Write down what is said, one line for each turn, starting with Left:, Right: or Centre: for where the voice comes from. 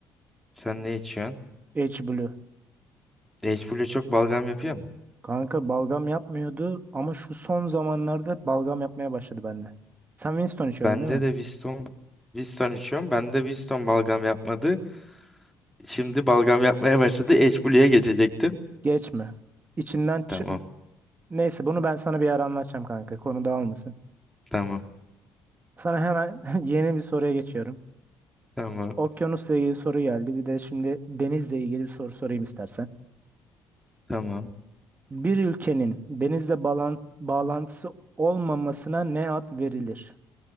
Centre: Sen ne içiyorsun?
Right: H Blue.
Centre: H Blue çok balgam yapıyor mu?
Right: Kanka balgam yapmıyordu ama şu son zamanlarda balgam yapmaya başladı benimle. Sen Winston içiyordun
Centre: Bende
Right: değil mi?
Centre: de Viston Viston içiyorum. Bende Viston balgam yapmadı. Şimdi balgam yapmaya başladı. H Blue'ya geçecektim.
Right: Geçme. İçinden çı-
Centre: Tamam.
Right: Neyse bunu ben sana bir ara anlatacağım kanka. Konu dağılmasın.
Centre: Tamam.
Right: Sana hemen <laughs> yeni bir soruya geçiyorum.
Centre: Tamam.
Right: Okyanusla ilgili soru geldi. Bir de şimdi denizle ilgili bir soru sorayım istersen.
Centre: Tamam.
Right: Bir ülkenin denizle bağlan- bağlantısı olmamasına ne ad verilir?